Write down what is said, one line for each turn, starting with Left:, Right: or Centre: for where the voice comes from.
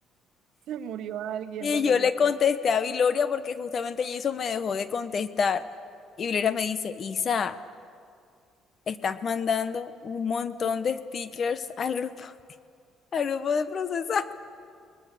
Right: Se murió alguien,
Left: Y
Right: empezaste
Left: yo le
Right: tú.
Left: contesté a Viloria porque justamente Jason me dejó de contestar. Y Viloria me dice, Isa, estás mandando un montón de stickers al grupo, al grupo de procesar.